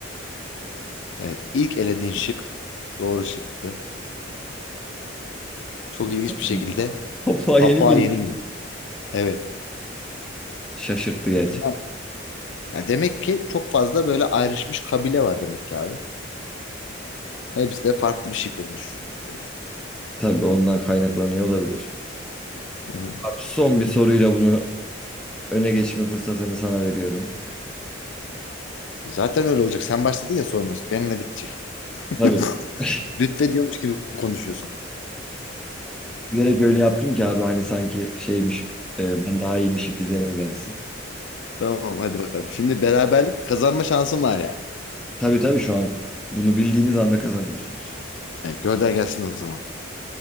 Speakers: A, on the left; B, in the centre.
A: Evet ilk elediğin şık doğru şıktı. Çok ilginç
B: Hı.
A: bir şekilde
B: Papua
A: Papua
B: Yeni Gine
A: Yeni Gine. Evet.
B: şaşırttı gerçi.
A: Dünya- Ya demek ki çok fazla böyle ayrışmış kabile var demek ki abi. Hepsi de farklı bir şey konuşuyor. yani.
B: Tabii ondan kaynaklanıyor olabilir.
A: Hı hı.
B: Abi son bir soruyla bunu öne geçme fırsatını sana veriyorum.
A: E Zaten öyle olacak. Sen başladın ya sorması. Benimle bitecek.
B: Tabii.
A: <laughs>
B: <laughs>
A: Lütfediyormuş gibi konuşuyorsun.
B: Bilerek öyle yaptım ki abi hani sanki şeymiş e, ben daha iyiymişim izlenimi versin.
A: Tamam hadi bakalım. Şimdi beraberlik kazanma şansım var yani.
B: Tabii tabii şu an bunu bildiğiniz anda kazanıyorsunuz.
A: Yani gönder gelsin o zaman.